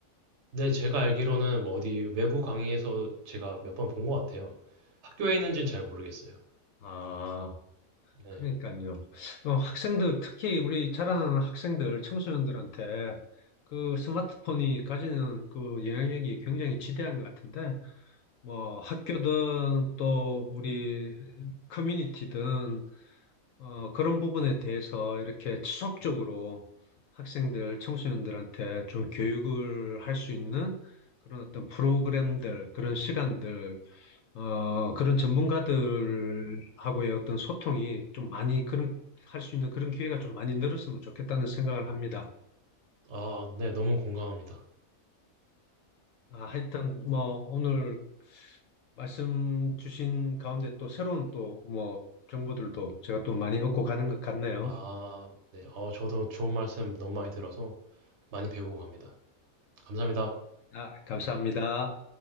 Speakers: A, on the right; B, on the left.
A: 네, 제가 알기로는 뭐 어디 외부 강의에서 제가 몇 번 본 것 같아요. 학교에 있는지는 잘 모르겠어요.
B: 아.
A: 네.
B: 그러니까요. 어, 학생들, 특히 우리 자라나는 학생들, 청소년들한테 그 스마트폰이 가지는 그 영향력이 굉장히 지대한 것 같은데, 뭐 학교든 또 우리 커뮤니티든, 어, 그런 부분에 대해서 이렇게 지속적으로 학생들, 청소년들한테 좀 교육을 할 수 있는 그런 어떤 프로그램들, 그런 시간들, 어, 그런 전문가들하고의 어떤 소통이 좀 많이 그런 할 수 있는 그런 기회가 좀 많이 늘었으면 좋겠다는 생각을 합니다.
A: 아, 네, 너무 공감합니다.
B: 아, 하여튼 뭐 오늘 말씀 주신 가운데 또 새로운 또 뭐 정보들도 제가 또 많이 얻고 가는 것 같네요.
A: 아, 네. 어, 저도 좋은 말씀 너무 많이 들어서 많이 배우고 갑니다. 감사합니다.
B: 아, 감사합니다.